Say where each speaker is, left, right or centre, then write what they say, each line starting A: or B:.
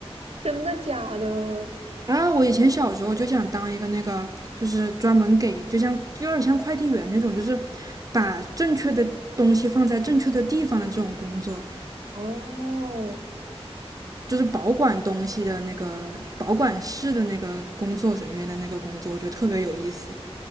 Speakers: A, on the right; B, on the right.
A: 真的假的？
B: 啊，我以前小时候就想当一个那个，就是专门给，就像有点像快递员那种，就是把正确的东西放在正确的地方的这种工作。
A: 哦，
B: 就是保管东西的那个保管室的那个工作人员的那个工作，我觉得特别有意思。